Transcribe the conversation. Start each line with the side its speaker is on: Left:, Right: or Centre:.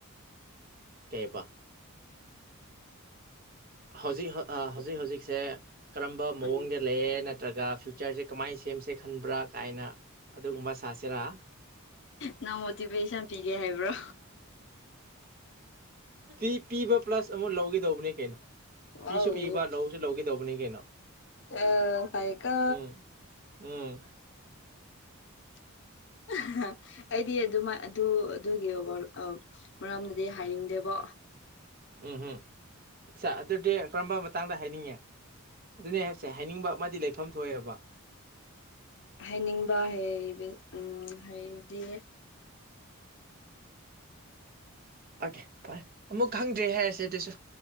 Right: ꯀꯩꯕꯣ ꯍꯧꯖꯤꯛ ꯍꯧꯖꯤꯛ ꯍꯧꯖꯤꯛꯁꯦ ꯀꯔꯝꯕ ꯃꯑꯣꯡꯗ
Left: ꯎꯝ
Right: ꯂꯑꯦ ꯅꯠꯇ꯭ꯔꯒ ꯐ꯭ꯌꯨꯆꯔꯁꯦ ꯀꯃꯥꯏꯅ ꯁꯦꯝꯁꯦ ꯈꯟꯕ꯭ꯔꯥ ꯀꯥꯏꯅ ꯑꯗꯨꯒꯨꯝꯕ ꯁꯥꯁꯤꯔꯥ
Left: ꯅꯪ ꯃꯣꯇꯤꯚꯦꯁꯟ ꯄꯤꯒꯦ ꯍꯥꯏꯕ꯭ꯔꯣ
Right: ꯄꯤ ꯄꯤꯕ ꯄ꯭ꯂꯁ ꯑꯃꯨꯛ ꯂꯧꯒꯦꯗꯧꯕꯅꯤ ꯀꯩꯅꯣ
Left: ꯋꯥꯎ
Right: ꯄꯤꯁꯨ ꯄꯤꯕ ꯂꯧꯁꯨ ꯂꯧꯒꯗꯧꯕꯅꯤ ꯀꯩꯅꯣ
Left: ꯑ ꯍ ꯀ
Right: ꯎꯝ ꯎꯝ
Left: <unintelligible> ꯑꯩꯗꯤ ꯑꯗꯨꯃ ꯑꯗꯨ ꯑꯗꯨꯒꯤꯔ ꯑꯧ ꯃꯔꯝꯅꯗꯤ ꯍꯥꯏꯅꯤꯡꯗꯦꯕꯣ
Right: ꯎꯝ ꯎꯝ ꯑꯠ ꯑꯗꯨꯗꯤ ꯀꯔꯝꯕ ꯃꯇꯥꯡꯗ ꯍꯥꯏꯅꯤꯡꯉꯦ ꯑꯗꯨꯅꯦ ꯍꯥꯏꯁꯦ ꯍꯥꯏꯅꯤꯡꯕ ꯑꯃꯗꯤ ꯂꯩꯐꯝ ꯊꯣꯛꯑꯦꯕ
Left: ꯍꯩꯅꯤꯡꯕ ꯍ ꯎꯝ ꯍꯗꯤ
Right: ꯑꯣꯀꯦ ꯐꯔꯦ ꯑꯃꯨꯛ ꯈꯪꯗ꯭ꯔꯦ ꯍꯥꯏꯔꯁꯦ ꯑꯗꯨꯁꯨ